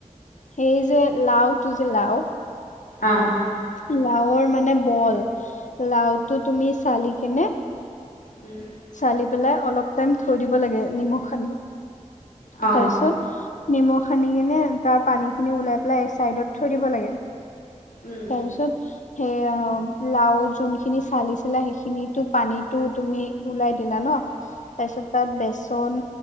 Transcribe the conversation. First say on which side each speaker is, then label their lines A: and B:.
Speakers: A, on the left; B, on the left.
A: সেই যে লাওটো যে লাও-
B: অঁ'।
A: লাওৰ মানে বল। লাওটো তুমি চালি কিনে-
B: উম'।
A: চালি পেলাই অলপ টাইম থৈ দিব লাগে নিমখ হানি,
B: অ
A: তাৰপিছত- নিমখ সানি কিনে তাৰ পানীখিনি ওলাই পেলাই এই চাইডত থৈ দিব লাগে।
B: উম
A: তাৰপিছত, সেই হম লাও যোনখিনি চালিছিলা সেইখিনি পানীতো তুমি উওলাই দিলা ন।
B: <unintelligible>
A: তাৰ পিছত তাত বেচন